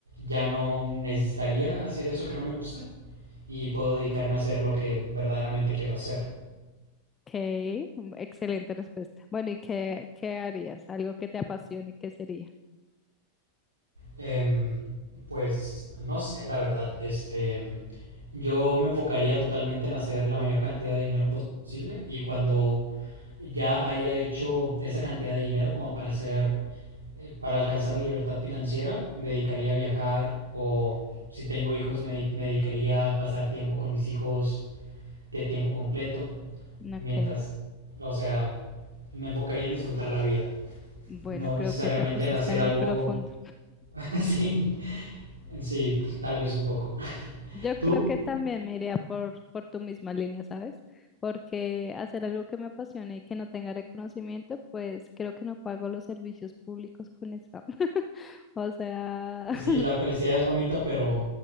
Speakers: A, on the right; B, on the left.
A: ya no necesitaría hacer eso que no me gusta. y puedo dedicarme a hacer lo que verdaderamente quiero hacer.
B: Ok, mm, excelente respuesta. Bueno, ¿y qué, qué harías? Algo que te apasione, ¿qué sería?
A: Em, pues no sé, la verdad, este, yo me enfocaría totalmente en hacer la mayor cantidad de dinero posible y cuando ya haya hecho esa cantidad de dinero como para hacer, eh, para alcanzar la libertad financiera, me dedicaría a viajar o si tengo hijos me, me dedicaría a pasar tiempo con mis hijos de tiempo completo,
B: Ok,
A: mientras, o sea, me enfocaría en disfrutar la vida.
B: bueno,
A: no
B: creo
A: necesariamente
B: que te pusiste
A: en hacer
B: muy
A: algo.
B: profundo.
A: <laughs> sí, sí, t- tal vez un poco.
B: Yo
A: Tú,
B: creo que también me iría por, por tu misma línea, ¿sabes? Porque hacer algo que me apasione y que no tenga reconocimiento, pues creo que no pago los servicios públicos con eso. <laughs> O sea,
A: sí,
B: <laughs>
A: la felicidad es bonita, pero